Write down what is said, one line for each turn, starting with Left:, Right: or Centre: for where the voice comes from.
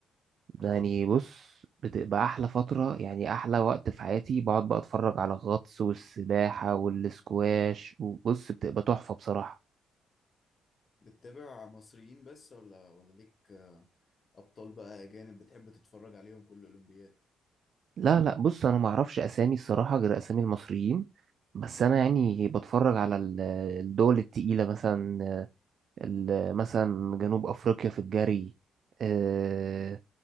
Left: اه
Right: يعني بص بتبقى احلى فتره يعني احلى وقت في حياتي بقعد بقى اتفرج على الغطس والسباحه والسكواش وبص بتبقى تحفه بصراحه
Left: بتتابع مصريين بس ولا ولا ليك ابطال بقى اجانب بتحب تتفرج عليهم كل الاولمبيات
Right: لا لا بص انا ما اعرفش اسامي الصراحه غير اسامي المصريين بس انا يعني بتفرج على ال- الدول التقيله مثلا ال- مثلا جنوب افريقيا في الجري آه،